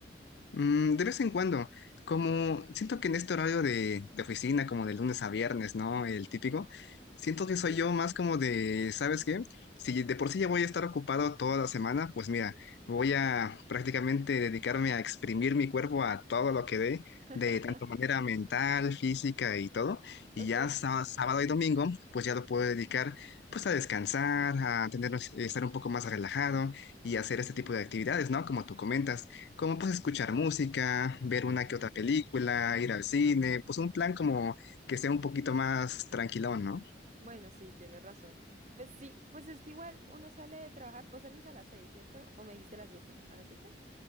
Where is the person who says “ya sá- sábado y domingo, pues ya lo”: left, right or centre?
Left